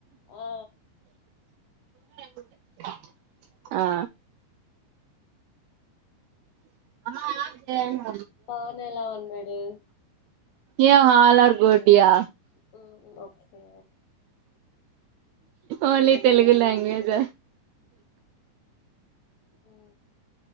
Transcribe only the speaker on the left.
ఆ
పవన్ ఎలా ఉన్నాడు
హ్మ్ ఓకే
ఉ